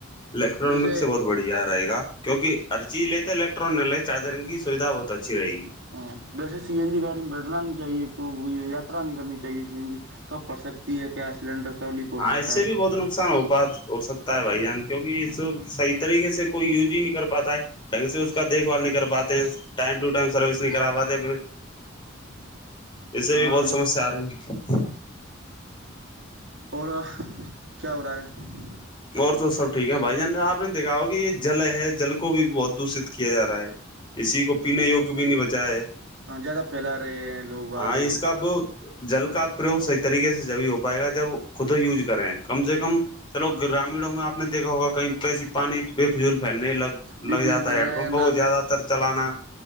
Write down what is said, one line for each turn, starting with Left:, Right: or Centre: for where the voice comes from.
Left: الیکٹرانک
Right: ویسے
Left: سے بہت بڑھیا رہے گا کیونک ہر چیز لیتے تو ٹرلے چارجرگ کی سویدھ بہت اچھی رہےی
Right: ہاں جیسے سی این جی گاڑی میں بیٹھنا نہیں چاہیے یاتا نہیں کرنی چاہیے سیین جی کب پڑ سکتی ہے کیا سلینڈر کب ہو
Left: ہاں
Right: سکتا
Left: ایسے
Right: ہے
Left: بھی بت نقصان ہو پا ہو سکتا ہے بھائی جان کیوںکہ یہ صح طریقے سے کوئی یوج ہی نہیں کر پاتا ہے ڈھنگ سے اس کا دیکھ بھال نہیں کر پاتے ہیں ٹائم ٹو ٹائم سروس نہیں کرا پاتے پ اسے
Right: ہاں
Left: بھی بہت سمسیا آ رہی ہے
Right: اور کیا ہو رہا ہے
Left: اور تو سب ٹھیک ہے بھائی جان آپ نے دیکھا ہو کہ یہ جل ہے جل کو بھی بہت دشت کیا جا رہا ہے اسی کو پینے یگ بھی نہیں بچا ہے
Right: ہاں زیادہ پھیلا رہے ہیں لوگ بغ
Left: ہاں اس کا جل کا پرریوگ صحیح طریقے سے جبھی ہو پائے گا جب خود یوز کریں کم سے کم چلو گرامیڑوں میں آپ نے دیکا ہوگا کہیں ویسی پانی بےفضول پھیلنے لگ
Right: بھی
Left: لگ
Right: بھیڑ
Left: جاتا
Right: پھیل
Left: ہے
Right: رہا
Left: ہیڈ پمپ
Right: نہ
Left: کو زیادہ تر چلانا